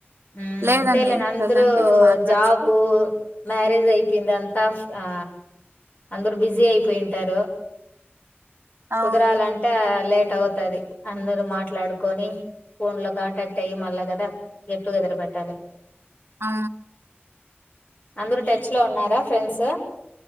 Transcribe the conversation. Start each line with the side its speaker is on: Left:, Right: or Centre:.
Left: మ్
Right: లేదండి
Left: అంతేలే ఆంద్రు
Right: ప్రజెంట్ ఏం మాట్లాడుకోలేదు
Left: జాబు మ్యారేజ్ అయిపోయిందంట ఆ అందరు బిజీ అయిపోయింటారు
Right: అవును
Left: కుదరాలంటే లేట్ అవుతది అందరుూ మాట్లాడుకొని ఫోన్ లో కాంటాక్ట్ అయ్యి మళ్ళ కదా గెట్ టుగెదర్ పెట్టాలి
Right: ఆ
Left: అందరు టచ్ లో ఉన్నారా ఫ్రెండ్స్